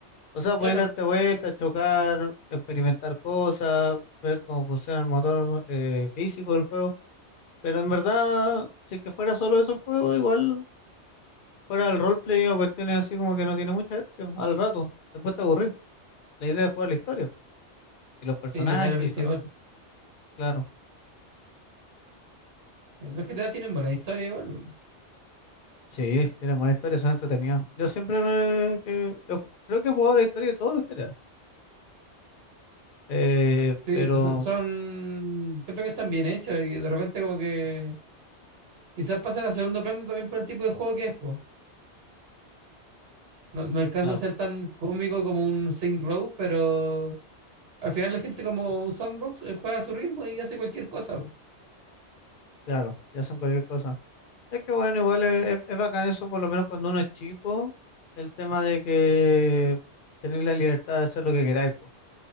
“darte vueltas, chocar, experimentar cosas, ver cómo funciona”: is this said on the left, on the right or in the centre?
Left